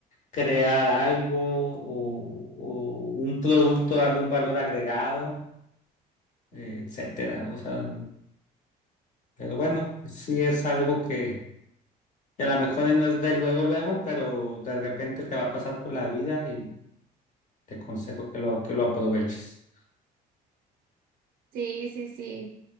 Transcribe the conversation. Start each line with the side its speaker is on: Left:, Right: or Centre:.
Left: crear algo o, o un producto, darle un valor agregado eh, etcétera. O sea, pero bueno, sí es algo que, que a lo mejor no es de luego, luego, pero de repente te va a pasar por la vida y te aconsejo que lo, que lo aproveches.
Right: Sí, sí, sí.